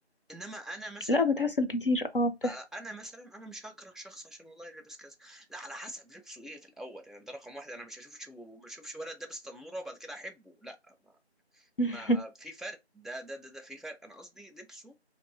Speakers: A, in the centre; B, on the left.
A: انما انا مثلا
B: لا بتحصل كتير اه بتحصل
A: آه، انا مثلا انا مش هكره شخص عشان والله لابس كذا لا على حسب لبسه ايه في الاول يعني ده رقم واحد انا مش هشوفش مش هشوفش ولد لابس تنوره وبعد كده احبه لا
B: <laughs>
A: ما في فرق ده ده ده, ده في فرق انا قصدي لبسه